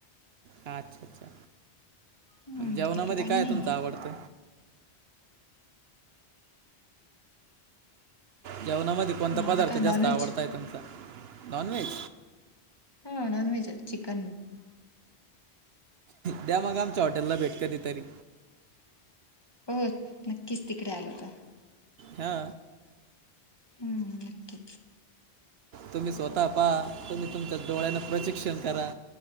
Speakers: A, on the right (about 70°); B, on the left (about 25°).
A: हा अच्छा अच्छा,
B: हम्म
A: जेवणामध्ये
B: तिकडे पाणी
A: काय
B: नाहीये
A: तुमच आवडत? जेवणा मधी कोणता
B: माझं
A: पदार्थ
B: का नॉनव्हेज
A: जास्त आवडताय तुमचा नॉनव्हेज
B: हा नाॉनवेहेज चिकन
A: द्या मग आमच्या हॉटेलला भेट कधी तरी
B: हम नक्कीच तिकडे आलोत
A: हा
B: हम् नक्की
A: तुम्ही स्वतः पाहा तुम्ही तुमच्या डोळ्याने प्रशिक्षण करा.